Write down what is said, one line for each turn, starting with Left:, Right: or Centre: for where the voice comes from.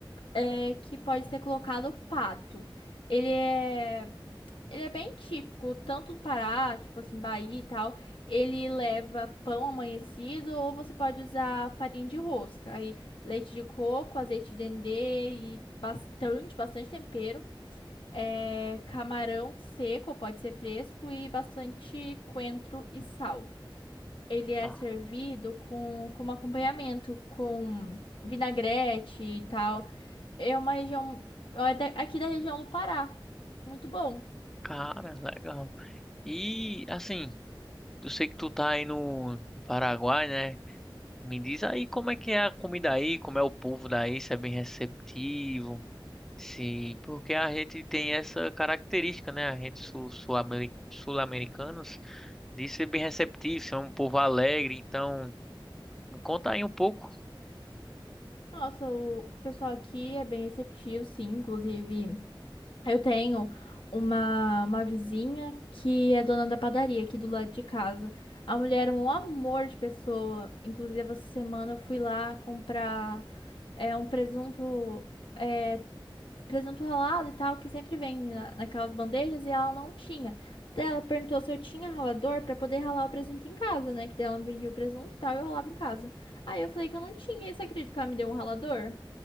Left: é, que pode ser colocado pato. Ele é Ele é bem típico, tanto do Pará, tipo assim, Bahia e tal. Ele leva pão amanhecido ou você pode usar farinha de rosca. Aí leite de coco, azeite de dendê e bastante, bastante tempero. É, camarão seco, pode ser fresco e bastante coentro e sal. Ele é
Centre: Ah,
Left: servido com, como acompanhamento, com vinagrete e tal. É uma região, é da- aqui da região do Pará. Muito bom.
Centre: cara, legal. E assim, eu sei que tu tá aí no no Paraguai, né? Me diz aí como é que é a comida aí, como é o povo daí, se é bem receptivo, se porque a gente tem essa característica, né? A gente sul- sul-ameri- sul-americanos de ser bem receptivo, ser um povo alegre. Então, me conta aí um pouco.
Left: Nossa, o pessoal aqui é bem receptivo, sim. Inclusive, eu tenho uma, uma vizinha que é dona da padaria aqui do lado de casa. A mulher é um amor de pessoa. Inclusive, essa semana eu fui lá comprar é, um presunto, é, presunto ralado e tal, que sempre vem na- naquelas bandejas e ela não tinha. Daí ela perguntou se eu tinha ralador pra poder ralar o presunto em casa, né? Que daí ela me vendia o presunto e tal, e eu ralava em casa. Aí eu falei que eu não tinha, e você acredita que ela me deu um ralador?